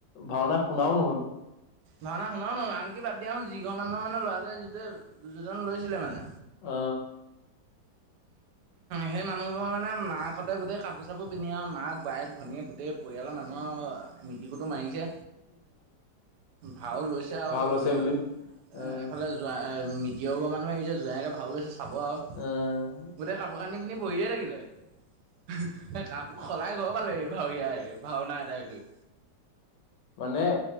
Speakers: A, on the left (about 80°); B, on the right (about 75°).
A: ভাওনা শুনাও নহ'ল।
B: ভাওনা শুনাও নহ'ল, আনকি বাদ দিয়াচোন যি ঘৰ মানুহৰ মানে ল'ৰাটোৱে যিটোৱে দুৰ্যোধন লৈছিলে মানে
A: অ
B: সেই মানুহবোৰৰ মানে মাকহঁতে গোটেই কাপোৰ চাপোৰ পিন্ধি আৰু মাক বায়েক ভনীয়েক গোটেই পৰিয়ালৰ মানুহ আৰু মিটিৰ কুটুম আহিছে। ভাও লৈছে আৰু
A: ভাল
B: এ
A: হৈছে বুলি আহ
B: এইফালে জোৱাই মিটিৰৰ ঘৰৰ মানুহ আহিছে, জোৱাইকৈ ভাও লৈছে চাব আও।
A: অঁ
B: গোটেই কাপোৰ কানি পিনি বহিয়ে থাকিলে, এই কাপোৰ সলাই ঘৰ পালেহি। ভাওৰীয়াই ভাওনা এদাই কৰি।
A: মানে